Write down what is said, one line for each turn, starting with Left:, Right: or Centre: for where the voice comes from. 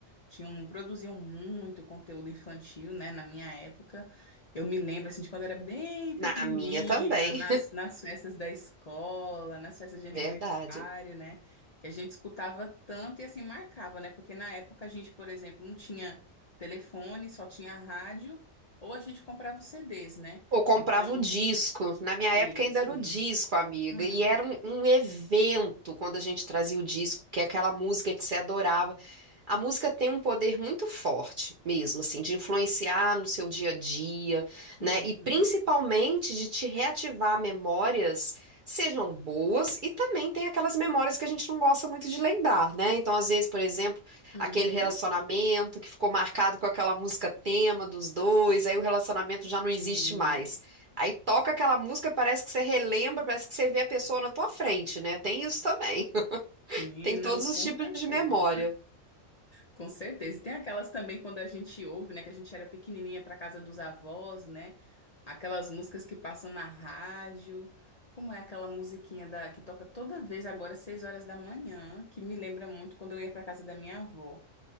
Left: tinham, produziam muito conteúdo infantil, né? Na minha época. Eu me lembro, assim, de quando eu era bem pequenininha,
Right: Na minha também.
Left: nas, nas festas da escola, nas festas de aniversário,
Right: <laughs> Verdade.
Left: né? Que a gente escutava tanto e, assim, marcava, né? Porque na época a gente, por exemplo, não tinha telefone, só tinha rádio, ou a gente comprava os CDs, né?
Right: Ou comprava
Left: Então,
Right: o disco. Na minha
Left: isso.
Right: época ainda era o disco, amiga.
Left: Uhum,
Right: E era um, um evento quando a gente trazia o disco, porque é aquela música que você adorava. A música tem um poder muito forte mesmo, assim, de influenciar no seu dia a dia, né?
Left: uhum,
Right: E principalmente de te reativar memórias, sejam boas, e também tem aquelas memórias que a gente não gosta muito de lembrar, né? Então, às vezes, por exemplo,
Left: uhum.
Right: Aquele relacionamento que ficou marcado com aquela música tema dos dois, aí o relacionamento já não existe
Left: Hum,
Right: mais. Aí toca aquela música, parece que você relembra, parece que você vê a pessoa na tua frente, né? Tem isso também. <laughs>
Left: Sim,
Right: Tem
Left: não,
Right: todos os
Left: com
Right: tipos
Left: certeza.
Right: de memória.
Left: Com certeza. E Tem aquelas também quando a gente ouve, né, que a gente era pequenininha para casa dos avós, né? Aquelas músicas que passam na rádio. Como é aquela musiquinha da que toca toda vez agora às seis horas da manhã, que me lembra muito quando eu ia para casa da minha avó,